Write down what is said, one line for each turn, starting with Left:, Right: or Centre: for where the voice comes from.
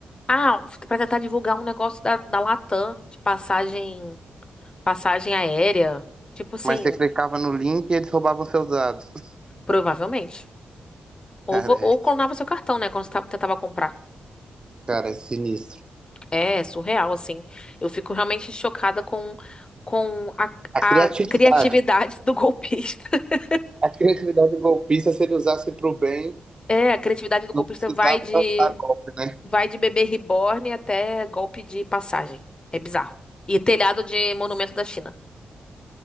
Left: Ah, pra tentar divulgar um negócio da, da Latam, de passagem, passagem aérea. Tipo assim,
Right: Mas você clicava no link e eles roubavam seus dados. <laughs>
Left: provavelmente.
Right: Cara,
Left: Ou, vo-
Right: é,
Left: ou clonava seu cartão, né? Quando você tava- tentava comprar.
Right: cara, é sinistro.
Left: É surreal, assim. Eu fico realmente chocada com, com a,
Right: A criatividade.
Left: a criatividade do golpista. <laughs>
Right: A criatividade do golpista, se ele usasse para o bem,
Left: É, a criatividade do golpista
Right: não precisava
Left: vai de
Right: dar golpe, né?
Left: Vai de bebê reborn até golpe de passagem. É bizarro. E telhado de monumento da China.